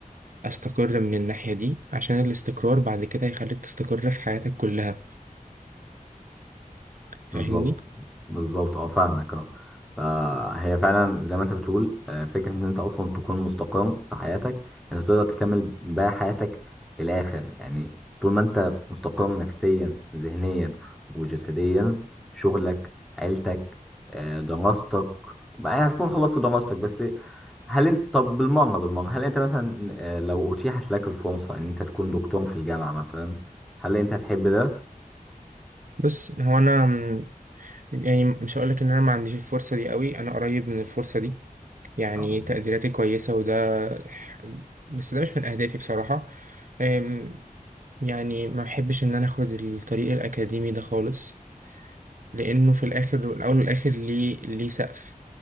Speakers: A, on the right; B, in the centre.
A: استقر من الناحية دي عشان الاستقرار بعد كده هيخليك تستقر في حياتك كلها فاهمني
B: بالظبط بالظبط اه فاهمك اه فهي فعلا زي ما انت بتقول آه، فكرة ان انت اصلا تكون مستقر في حياتك انت تقدر تكمل بقى حياتك للاخر يعني طول ما انت مستقر نفسيا ذهنيا وجسديا شغلك عيلتك آه، دراستك بقى هتكون خلصت دراستك بس هل انت طب بالمرة بالمرة هل انت مثلا آه، لو اتيحت لك الفرصة ان انت تكون دكتور في الجامعة مثلا هل انت هتحب ده؟
A: بس هو انا م- يعني مش هقولك ان انا ما عنديش الفرصة دي قوي انا قريب من الفرصة دي يعني
B: ان شاء الله
A: تقديراتي كويسة وده ح- بس ده مش من اهدافي بصراحة أم، يعني ما بحبش ان انا اخد الطريق الاكاديمي ده خالص لانه في الاخر والاول والاخر ليه ليه سقف